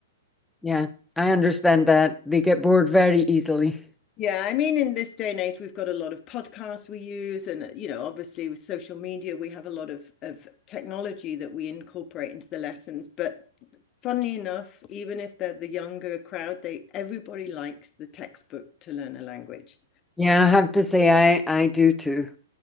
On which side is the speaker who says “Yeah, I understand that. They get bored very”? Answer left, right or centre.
Centre